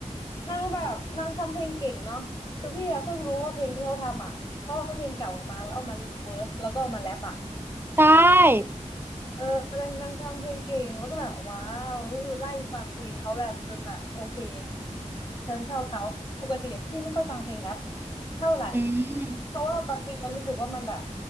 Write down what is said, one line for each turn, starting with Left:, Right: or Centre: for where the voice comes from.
Left: นั่งแบบนั่งทำเพลงเก่งเนาะคือพี่อะเพิ่งรู้ว่าเพลงที่เขาทำอ่ะเขาเอาเพลงเก่ามาแล้วเอามารีเวิร์สแล้วก็เอามาแรปอ่ะ
Right: ใช่
Left: เออนางนางทำเพลงเก่งแล้วก็แบบว้าวก็คือไล่ฟังเพลงเขาแบบจนแบบโอเคฉันชอบเขาปกติพี่ไม่ค่อยฟังเพลงแรปเท่าไหร่
Right: อืม
Left: เพราะว่าบางทีฉรู้สึกว่ามันแบบ